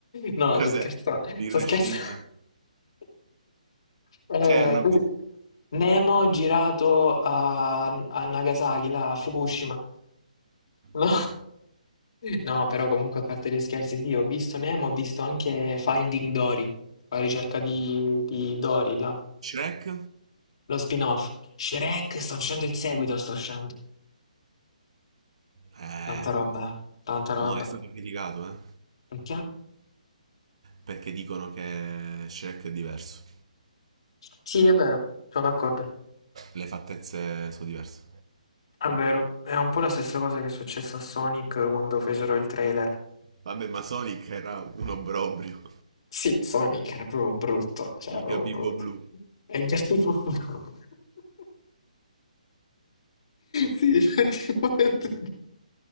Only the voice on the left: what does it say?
No,
sto scherzando,
sto scherzando. <laughs> Eh,
così. Nemo girato a, a Nagasaki, là, a Fukushima. No.
No, però comunque a parte gli scherzi, sì, ho visto Nemo, ho visto anche Finding Dory, la ricerca di, di Dory, là.
Lo spin-off. Shrek, sta uscendo il seguito, sta uscendo.
Tanta roba, tanta roba.
Perché?
Sì, è vero, sono d'accordo.
È vero, è un po' la stessa cosa che è successa a Sonic quando fecero il trailer.
Sì, Sonic era proprio brutto, cioè,
proprio
brutto.
E gli altri proprio... <laughs> Sì, effettivamente.